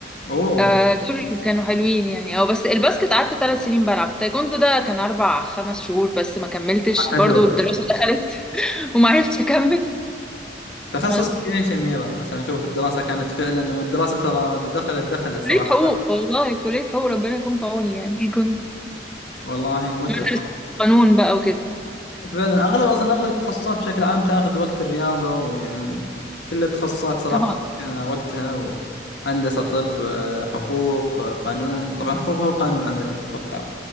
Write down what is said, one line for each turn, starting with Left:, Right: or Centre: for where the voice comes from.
Left: اوه
Centre: آه دول اللي كانوا حلوين يعني اه بس الباسكت قعدت ثلاث سنين بلعب تايكوندو ده كان اربع خمس شهور بس ما كملتش
Left: على
Centre: برضو
Left: تجربة
Centre: الدراسة دخلت <laughs> وما عرفتش اكمل
Left: تخصصك
Centre: بس
Left: ايش يا أميرة عشان أشوف الدراسة كانت فعلا والدراسة ترى دخلت دخلت صراحة
Centre: كلية حقوق والله كلية حقوق ربنا يكون في عوني يعني <laughs> كنت
Left: والله متعب
Centre: بدرس قانون بقى وكده
Left: فعلا أغلب أصلا أغلب التخصصات بشكل عام تاخذ وقت الرياضة ويعني كل التخصصات صراحة
Centre: طبعا
Left: آه، وقتها و... هندسة طب آه، حقوق آه، قانون طبعا حقوق هو القانون عندنا أتوقع